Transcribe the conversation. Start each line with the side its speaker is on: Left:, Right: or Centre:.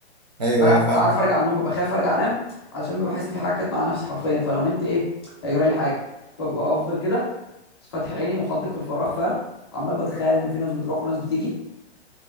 Right: ايوه
Left: ولا
Right: ايوه فاهم
Left: ولا عارف ارجع النوم ببقى خايف ارجع انام علشان ببقى حاسس ان في حاجه كانت مع نفسي حرفيا فلو نمت ايه هيجرى لي حاجه فببقى افضل كده فاتح عيني محدق في الفراغ فاهم عمال بتخيل ان في ناس بتروح وناس بتيجي